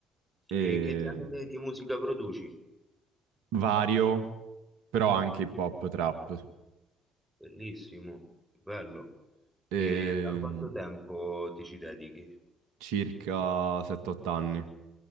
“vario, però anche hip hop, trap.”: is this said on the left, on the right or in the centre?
Right